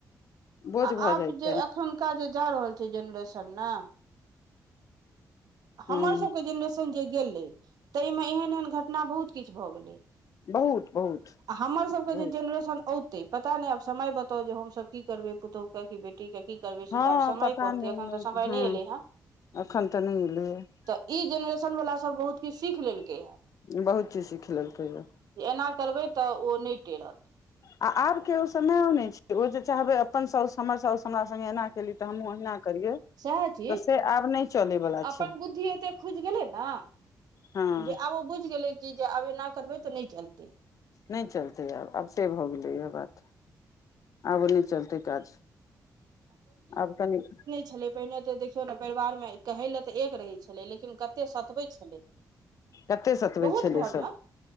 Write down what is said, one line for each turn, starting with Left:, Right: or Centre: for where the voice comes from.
Left: बोझ
Right: आ
Left: भऽ
Right: आब
Left: जाय छै
Right: जे एखुनका जे जा रहल छै जेनरेशन न हमरसभके
Left: ह
Right: जेनरेशन जे गेलै ताहिमे एहन एहन घटना बहुत किछु भऽ गेलै
Left: बहुत बहुत
Right: हमर सबके
Left: बहुत
Right: जे जेनरेशन औते पता नहि आब समय बताउ जे हम सब की करबै पुतहु के की बेटी के की करबै से
Left: हँ
Right: तऽ आब समय
Left: पता
Right: कहतै एखन तऽ समय
Left: हँ
Right: नहि एलै हेँ
Left: एखन तऽ नहि एलैए
Right: तऽ ई जेनरेशनवला सभ बहुत किछु सीख लेलकै हँ
Left: बहुत चीज सिख लेलकेय ह
Right: जे एना करबै तऽ ओ नहि टेरत
Left: आ आब के ओ समय ओने छ ओ जे चाहबे अपन साउस हमर साउस हमरा स्गे एना केेली तऽ हमहुँ ओहिना करियै
Right: सएह चीज
Left: तऽ से आब नहि चलयवला
Right: अपन
Left: छै
Right: बुद्धि एते खुजि गेलै ने
Left: हँ
Right: जे आब ओ बुझि गेलै कि जे आब एना करबै तऽ नहि चलतै
Left: नहि चलतै आब आब से भऽ गेलै इएह बात आब नहि चलतै काज आब कनि
Right: छले पहिने ते देखियौ ने परिवार मे कहै ले तऽ एक रहे छलै लेकिन कते सतबै छलै
Left: कतेक सतबै
Right: बहुत
Left: छलै
Right: घरमे
Left: सभ